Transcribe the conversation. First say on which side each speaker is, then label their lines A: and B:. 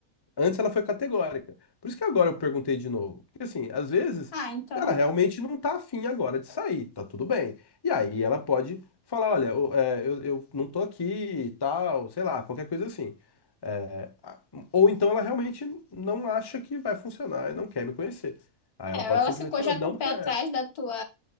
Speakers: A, on the left (about 20°); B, on the left (about 85°).
A: antes ela foi categórica. Por isso que agora eu perguntei de novo. Porque assim, às vezes
B: Ah, então,
A: ela realmente não tá afim agora de sair, tá tudo bem. E aí ela pode falar, olha, o- é, eu, eu não tô aqui e tal, sei lá, qualquer coisa assim. É, a- ou então ela realmente não acha que vai funcionar e não quer me conhecer. Aí ela
B: é,
A: pode
B: ela
A: simplesmente
B: ficou
A: falar,
B: já
A: não
B: com o pé
A: quero.
B: atrás da tua,